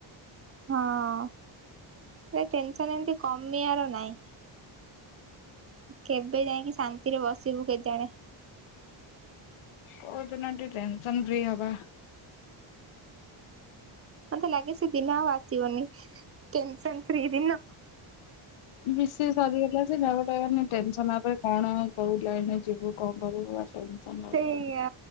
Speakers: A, on the right; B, on the left.
A: ହଁ। ପୁରା ଟେନ ସନ ଏମତି କମିବାର ନାଇଁ। କେବେ ଯାଇକି ଶାନ୍ତିରେ ବସ ଜିବୁ କେତେ ଆଡେ।
B: କୋଉଦିନ ଟିକେ ଟେନସନ ଫ୍ରି ହବା।
A: ମତେ ଲାଗେ ସେ ଦିନ ଆଉ ଆସିବନି, ଟେନସନ ଫ୍ରି ଦିନ।
B: ବି ସି ଏ ସରିଗଲା ସିନା, ଗୋଟାଏ ମାନେ ଟେନସନ୍ ଆ ପରେ କଣ <unintelligible> ଲାଇନ୍ ରେ ଯିବୁ କଣ କରିବୁ। ଟେନସନ ଲାଗୁଛି।
A: ସେଇଆ,